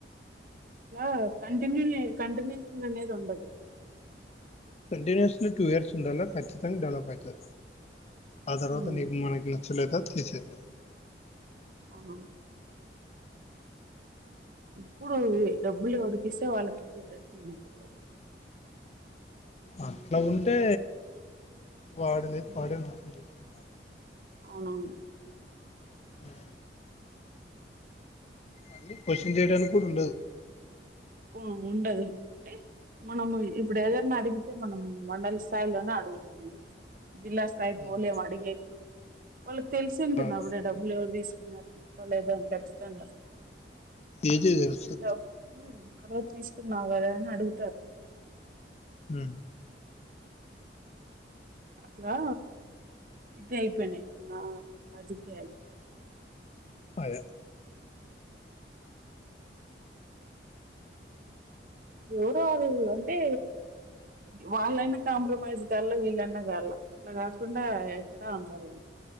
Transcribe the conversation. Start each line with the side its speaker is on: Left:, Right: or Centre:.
Right: అట్లా కంటిన్యూ చే కంటినుయేషన్ అనేది ఉండదు
Left: కంటిన్యూస్లీ టూ ఇయర్స్ ఉండాలా కచ్చితంగా డెవలప్ ఐతారు ఆ తర్వాత
Right: ఉమ్
Left: నీకు మనకి నచ్చలేక తీసేయల
Right: అవునా ఇప్పుడు డబ్బులు ఎవుడికిస్తే వాళ్ళకి ఇచ్చేటట్టున్నారు <unintelligible>
Left: అట్లా ఉంటే వాడులే
Right: ఉమ్,
Left: <unintelligible>
Right: అవునవును
Left: హ్మ్. మళ్ళీ క్వశ్చన్ చేయడానికి కూడా ఉండదు
Right: ఆ ఉండదు అంటె మనము ఇప్పుడు ఏదైనా అడిగి అయితే మనము మండల స్థాయిలోనే అడుగుతాము జిల్లా స్థాయికిపోలే
Left: హ్మ్.
Right: అడిగి న కూడా వాళ్ళకి తెలిసింటుందా
Left: అవును
Right: అవిడ డబ్బులు ఎవరు తీసుకు నడిపిచ్చుకోలేదు అని ఖచ్చితంగా
Left: ఏజీ తెలుస్తుంది
Right: అదద్ద మ్ ఆ రోజు తీసుకున్నావు కదా అని అడుగుతారు
Left: మ్
Right: అట్లా ఇది అయిపోయినాయి ఉన్న రాజకీయాలు
Left: అదె
Right: ఎవరోకరు అంటే వాళ్ళైనా కాంప్రమైజ్ కాాల వీళ్ళన్నా కాాల అట్లా కాకుండా ఎక్కడా ఉండరు